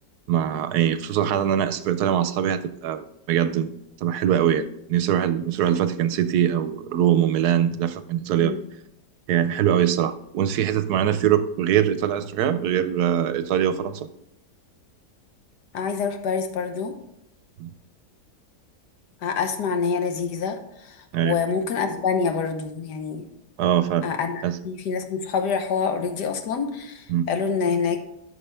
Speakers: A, on the right; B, on the left.
A: مع يعني خصوصا حتى إن أنا أسافر إيطاليا مع أصحابي هتبقى بجد تبقى حلوة أوي يعني نفسي أروح ال- نفسي أروح الفاتيكان سيتي أو روم وميلان لفة من إيطاليا
B: مم.
A: يعني حلوة أوي الصراحة وأنت في حتت معينة في أوروب غير إيطاليا عايز تروحيها غير آه، إيطاليا وفرنسا؟
B: عايزة أروح باريس برضو
A: مم.
B: آه، أسمع إن هي لذيذة
A: أيوة
B: وممكن أسبانيا برضو يعني
A: أه فعلا
B: آه، أنا
A: أس...
B: في في ناس من صحابي راحوها أوريدي أصلا
A: مم.
B: قالوا إن هناك